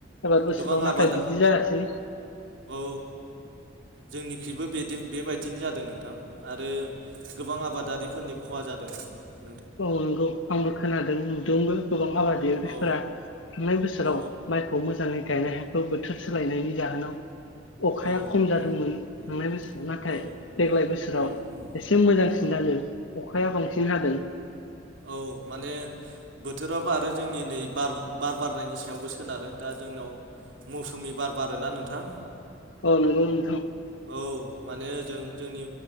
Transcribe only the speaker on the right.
गोबां आबादा
औ जोंनिख्रुइबो बेदि बेबायदिनो जादों नोंथां आरो गोबां आबादारिफोरनि खहा जादों। मोन।
औ
औ
औ
उम उम
औ
उम
उम
औ माने बोथोराबो आरो जोंनि नै बार बारनायनि सायावबो सोनारो दा जोंनाव मौसुमि बार बारोना नोंथां।
औ माने ओजों जोंनि